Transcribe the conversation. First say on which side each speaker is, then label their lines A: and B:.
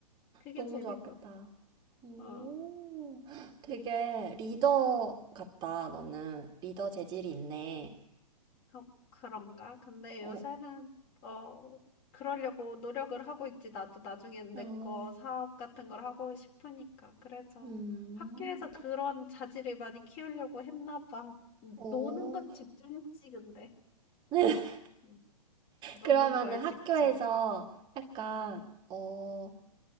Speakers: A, on the left (about 30°); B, on the right (about 20°).
A: 그게
B: 너무
A: 재밌어.
B: 좋았겠다. 오,
A: 어.
B: 되게 리더 같다, 너는. 리더 재질이 있네.
A: 어 그런가? 근데
B: 어,
A: 요새는 어 그러려고 노력을 하고 있지. 나도 나중에는 내
B: 어,
A: 거 사업 같은 걸 하고 싶으니까. 그래서
B: 음,
A: 학교에서 그런 자질을 많이 키우려고 했나 봐. 음,
B: 오.
A: 노는 걸 집중했지, 근데.
B: <laughs>
A: 음, 노는
B: 그러면은
A: 걸
B: 학교에서
A: 집중.
B: 약간,
A: 음.
B: 어,